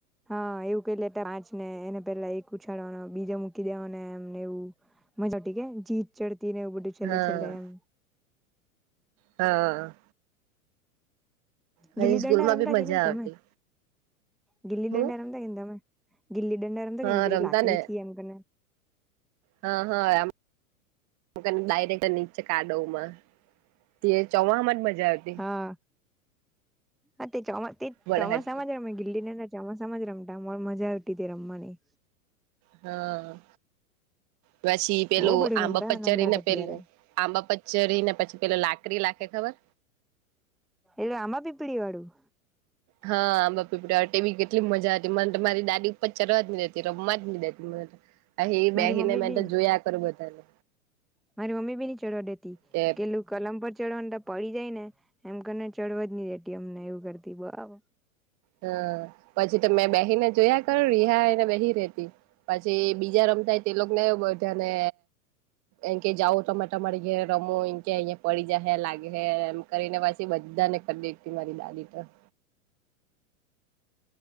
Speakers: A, in the centre; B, on the right (about 40°).
A: હા એવુ પેલે ત પાંચ ને એને પેલા એક ઉછાળવાનો બીજે મૂકી દેવાને એમ ને એવું. મજા આવતી કે જીત ચડતી ને એવું બધું છેલ્લે
B: હા
A: છેલ્લે એમ.
B: હા. પછી
A: ગીલી દંડા
B: સ્કૂલમાં
A: રમતા
B: બી
A: કે
B: મજા
A: ની તમે?
B: આવતી
A: ગીલી
B: હું
A: દંડા રમતા કે ની તમે? ગીલી દંડા રમતા
B: હા
A: કે ની પેલી
B: રમતા
A: લાકડીથી
B: ને
A: એમ કરીને.
B: હા હા આમ કરીને બાય. ટેક નીચે કાડવમાં તે ચોવામાં જ મજા આવતી.
A: હા હા, તે ચોમા તે
B: વરહાદ
A: ચોમાસામાં જ રમે ગિલ્લી દંડા. ચોમાસામાં જ રમતા અમ મજા આવતી તે રમવાની.
B: હા. પછી પેલું
A: બહુ બધું
B: આંબા
A: રમતા
B: પર પચરી
A: નાના હતા
B: ને પેલું
A: ત્યારે
B: આંબા પર પચરી ને પછી પેલો લાકરી લાખે ખબર.
A: એલું આમાં પીપળી વાળું.
B: હા, આંબાપીપુડીવાળું તે બી કેટલી મજા હતી મને મારી દાદી ઉપર ચરવા જ ન દેતી રમવા જ ન દેતી. અહી બેહિ
A: મારી મમ્મી
B: ને મે
A: બી
B: તો જોયા કરું બધાને.
A: મારી મમ્મી બી ની ચઢવા દેતી
B: કે
A: કેલું કલમ પર ચડવાનું ત પડી જાય ને એમ કરીને ચડવા જ ની દેતી અમને એવું કરતી બઆબ.
B: હા, પછી તો મેં બેહિ ને જ જોયા કરુ રિહાઈ ને બેહિ રેતી પછી બીજા રમતા હોય તે લોકોને હો બધા ને એંકે જાવો તમે તમારી ઘેરે રમો એંકે અહીયા પડી જાય લાગ હે એમ કરીને પછી બધ ધા ને ખદેડતી મારી દાદી ત.